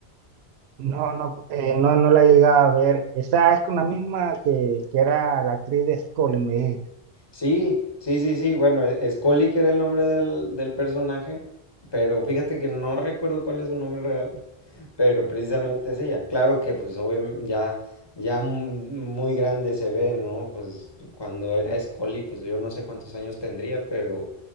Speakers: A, on the right; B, on the left.
A: No, no, eh, no, no la llegaba a ver. Esa es con la misma que, que era la actriz de Scully, me dijiste.
B: Sí, sí, sí, sí. Bueno, e- Scully, que era el nombre del, del personaje, pero fíjate que no recuerdo cuál es su nombre real, pero precisamente es ella. Claro que pues obviamente ya, ya mu- muy grande se ve, ¿no? Pues cuando era Scully, pues yo no sé cuántos años tendría, pero